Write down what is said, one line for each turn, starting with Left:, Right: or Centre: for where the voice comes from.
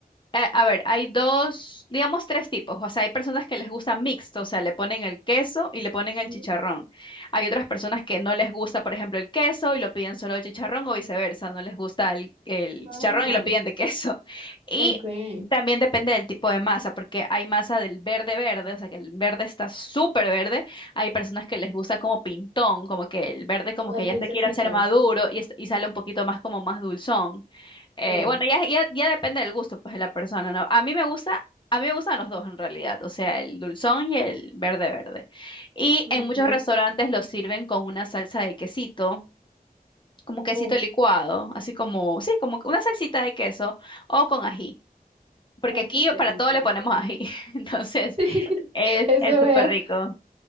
Left: Eh, a ver, hay dos, digamos tres tipos. O sea, hay personas que les gusta mixto, o sea, le ponen el queso y le ponen el
Right: Mm.
Left: chicharrón. Hay otras personas que no les gusta, por ejemplo, el queso y lo piden solo de chicharrón o viceversa, no les gusta el, el
Right: Ah,
Left: chicharrón y lo piden de queso. <laughs> Y
Right: ok. Sí,
Left: también depende del tipo de masa, porque hay masa del verde verde, o sea, que el verde está súper verde. Hay personas que les gusta como pintón, como que el verde como
Right: Más
Left: que ya
Right: dulcecito.
Left: se quiere hacer maduro y, es- y sale un poquito más como más dulzón. Eh,
Right: Sí.
Left: bueno, ya, ya, ya depende del gusto, pues, de la persona, ¿no? A mí me gusta, a mí me gustan los dos en realidad, o sea, el dulzón y el verde verde. Y
Right: Ok.
Left: en muchos restaurantes lo sirven con una salsa de quesito, como quesito
Right: Uf,
Left: licuado, así como, sí, como que una salsita de queso o con ají, porque
Right: uf,
Left: aquí
Right: qué
Left: para
Right: rico
Left: todo le
Right: es.
Left: ponemos ají, <laughs> entonces
Right: <laughs>
Left: es
Right: Eso
Left: es
Right: veo.
Left: súper rico.